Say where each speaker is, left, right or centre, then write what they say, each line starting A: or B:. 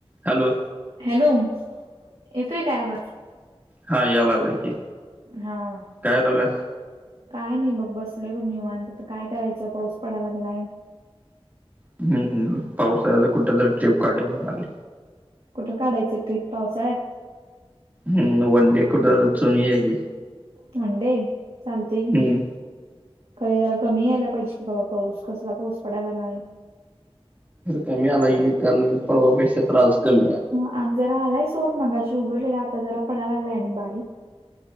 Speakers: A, on the right; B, on the right.
A: हॅलो.
B: हॅलो येतोय काय आवाज?
A: हा या लागला की.
B: हा.
A: काय करायल्यास
B: काय नाही बघ बसलोय बघ निवन तर काय करायचं पाऊस पडाला लागलाय.
A: हम्म पावसाच कुठ तरी ट्रीप काढवा लागेल.
B: कुठं काढायचं ट्रीप पावसाळ्यात
A: हम्म वनडे कठ चालु या की.
B: वनडे चालते
A: हम्म
B: की. खरं जरा कमी यायला पाहिजे की पाऊस कसला पाऊस पडाय लागलाय.
A: कमी आलाये काल पर्वापेक्षा तर आज कमी आहे.
B: ह जरा आलाय सोड मगाशी उघडलेला आता जरा पडाया लागलाय आणि बारीक